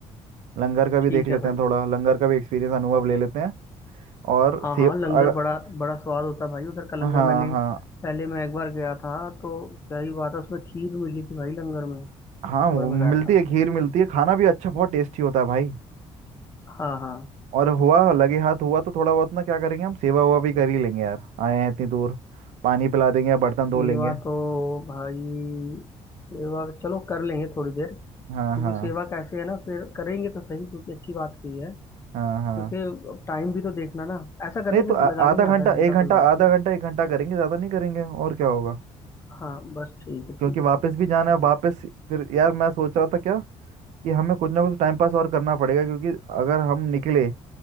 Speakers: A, on the right; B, on the left.
A: लंगर का भी
B: ठीक
A: देख लेते
B: है भाई
A: हैं थोड़ा लंगर का भी एक्सपीरियंस अनुभव ले लेते हैं और
B: हाँ
A: सेव
B: हाँ लंगर
A: अगर
B: बड़ा बड़ा स्वाद होता है भाई उधर का लंगर
A: हाँ
B: मैंने
A: हाँ
B: पहले मैं एक बार गया था तो क्या ही बात है उसमें खीर मिली थी भाई लंगर में
A: हाँ
B: बड़ा
A: वो मिलती
B: मजा आया था
A: है खीर मिलती है खाना भी अच्छा बहुत टेस्टी होता है भाई
B: हाँ हाँ
A: और हुआ लगे हाथ हुआ तो थोड़ा बहुत ना क्या करेंगे हम सेवा हुआ भी कर ही लेंगे यार आए हैं इतनी दूर पानी पिला देंगे या बर्तन धो
B: सेवा
A: लेंगे
B: तो भाई सेवा चलो कर लेंगे थोड़ी देर
A: हाँ
B: क्योंकि
A: हाँ
B: सेवा कैसे है ना फिर करेंगे तो सही क्योंकि अच्छी बात की है
A: हाँ
B: क्योंकि
A: हाँ
B: टाइम भी तो देखना ना ऐसा कर
A: नहीं
B: लेंगे
A: तो आ-
B: लगा लेंगे
A: आधा घंटा
B: आधा घंटा
A: एक घंटा
B: कोई बात
A: आधा
B: नहीं
A: घंटा एक घंटा करेंगे ज़्यादा नहीं करेंगे और क्या होगा
B: हाँ बस ठीक है
A: क्योंकि
B: ठीक है
A: वापस
B: ठीक
A: भी जाना
B: है
A: है वापस फिर यार मैं सोच रहा था क्या कि हमें कुछ ना कुछ टाइम पास और करना पड़ेगा क्योंकि अगर हम निकले